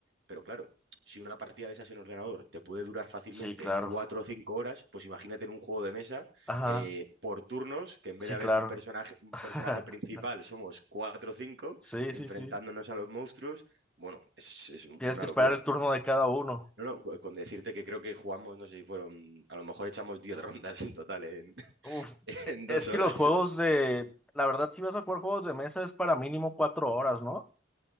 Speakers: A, on the right; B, in the centre.
A: pero claro, si una partida de esas en ordenador te puede durar fácilmente
B: Sí, claro.
A: cuatro o cinco horas, pues imagínate en un juego de mesa
B: Ajá.
A: eh, por turnos, que en vez
B: Sí,
A: de haber
B: claro.
A: un personaje, un
B: <laughs>
A: personaje principal, somos cuatro o cinco,
B: Sí,
A: enfrentándonos
B: sí, sí.
A: a los monstruos. Bueno, es es
B: Tienes
A: una
B: que
A: locura.
B: esperar el turno de cada uno.
A: No, no, co- con decirte que creo que jugamos, no sé si fueron, a lo mejor echamos 10 <laughs> rondas en total en, <laughs>
B: Uf,
A: en
B: e-
A: dos
B: es que
A: horas.
B: los juegos de... La verdad, si vas a jugar juegos de mesa es para mínimo cuatro horas, ¿no?